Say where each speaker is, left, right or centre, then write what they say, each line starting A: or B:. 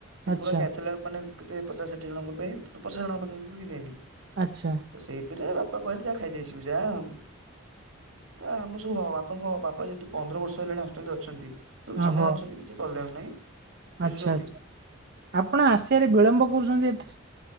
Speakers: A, on the right (about 85°); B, on the right (about 55°).
A: ସେ
B: ଆଚ୍ଛା
A: ପୁରା କ୍ୟାଥାଲାକ ମାନେ କେତେ ପଚାଶ ଷାଠି ଜଙ୍କ ପାଇଁ ପଚାଶ ଜଣଙ୍କ ପାଖା ପାଖି ପାଇଁ ଦେଇନି।
B: ଆଚ୍ଛା।
A: ତ ସେଇଥିରେ ବାପା କହିଲେ ଯାଆ ଖାଇଦେଇ ଆସିବୁ ଯାଆ ବା ଆମର ସବୁ ହ ବାପାଙ୍କ ହ ବାପା ଯେହତୁ ପନ୍ଦର ବର୍ଷ ହେଲାଣି ହଷ୍ଟେଲ ରେ ଅଛନ୍ତି। ସବୁ
B: ଓହୋ।
A: ଚିହ୍ନ ଅଛନ୍ତି କିଛି ପ୍ରୋବ୍ଲେମ୍ ନାହିଁ। ବୁଝୁଛନ୍ତି
B: ଆଚ୍ଛା ଆଚ୍ଛା ଆପଣ ଆସିଆରେ ବିଳମ୍ବ କରୁଛନ୍ତି ଏତେ?